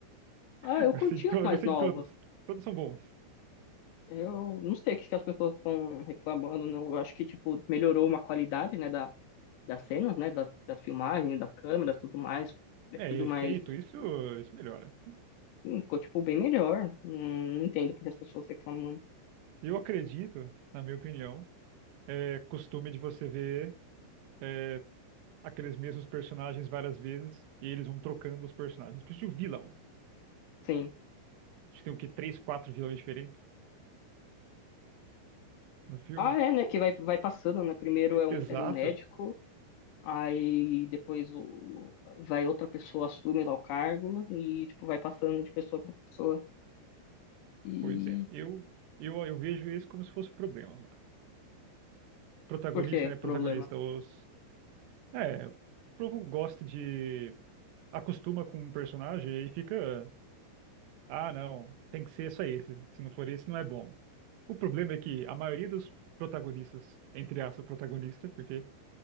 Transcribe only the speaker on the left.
Ah,
eu
curti
os mais
novos.
Eu não sei o que que as pessoas estão reclamando, não. Eu acho que, tipo, melhorou uma qualidade, né, da, das cenas, né, das, das filmagens, das câmeras, tudo mais. É
tudo
mais...
Sim, ficou, tipo, bem melhor. Não, não entendo porque as pessoas reclamam.
Sim.
Ah, é, né, que vai, vai passando, né. Primeiro é um,
era um médico, aí depois o, vai outra pessoa, assume lá o cargo e, tipo, vai passando de pessoa pra pessoa. E
Por quê?
Problema.